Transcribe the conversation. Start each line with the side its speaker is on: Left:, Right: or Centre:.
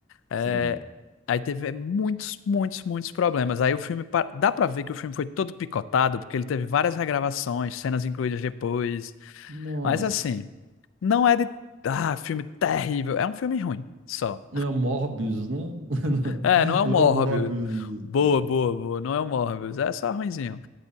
Left: é,
Right: Sim.
Left: Aí teve muitos, muitos, muitos problemas. Aí o filme, pa- dá pra ver que o filme foi todo picotado, porque ele teve várias regravações, cenas incluídas depois.
Right: Nossa.
Left: Mas assim. Não é de. Ah, filme terrível. É um filme ruim, só.
Right: Não é o Morbius, não. <laughs>
Left: É, não é o
Right: Não
Left: Morbius.
Right: é o Morbius.
Left: Boa,
Right: Não.
Left: boa, boa. Não é o Morbius. É só ruinzinho.